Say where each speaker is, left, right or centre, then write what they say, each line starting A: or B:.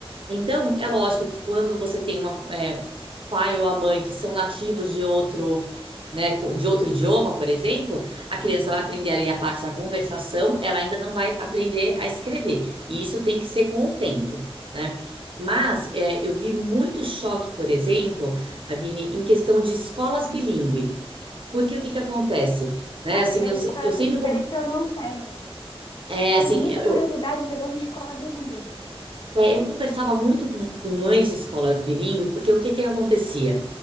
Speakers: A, on the right; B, on the left.
A: Então, é lógico que quando você tem uma, é, pai ou a mãe que são nativos de outro, né, de outro idioma, por exemplo, a criança vai aprender ali a parte da conversação, ela ainda não vai aprender a escrever. E isso tem que ser com o tempo, né? Mas é, eu vi muito choque, por exemplo, Avine, em questão de escolas bilíngue. Porque o que que acontece? Né,
B: Cara,
A: assim,
B: Essa
A: eu, se- eu sempre,
B: vivência
A: con-
B: eu não tenho.
A: é,
B: Tenho
A: assim,
B: muita
A: eu,
B: curiosidade de ver uma escola bilíngue.
A: eu é, eu conversava muito com, com mães de escola bilíngue, porque o que que acontecia?